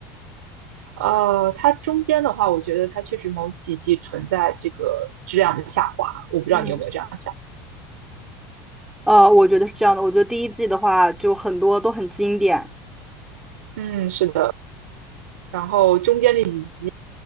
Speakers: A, on the right; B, in the centre.
A: 呃，它中间的话，我觉得它确实某几季存在这个质量的下滑，我不知道你有没有这样想。
B: 嗯呃，我觉得是这样的，我觉得第一季的话，就很多都很经典，
A: 嗯，是的。然后中间那几季